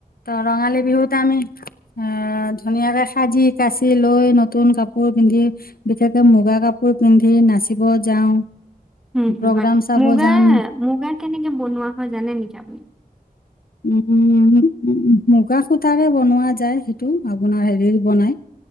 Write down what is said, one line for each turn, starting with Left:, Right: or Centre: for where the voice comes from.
Left: ত ৰঙালী বিহুত আমি অ ধুনীয়াকে সাজ-কাচি লৈ নতুন কাপোৰ পিন্ধি। বিশেষকে মুগা কাপোৰ পিন্ধি নাচিব যাওঁ।
Centre: উম,
Left: প্ৰগ্ৰাম
Centre: হুম, হয়।
Left: চাব
Centre: মুগা,
Left: যাওঁ
Centre: মুগা কেনেকে বনোৱা হয় জানে নেকি আপুনি?
Left: উম, উম, উম। মুগা সূতাৰে বনোৱা যায়, সেইটো আপোনাৰ হেৰি বনাই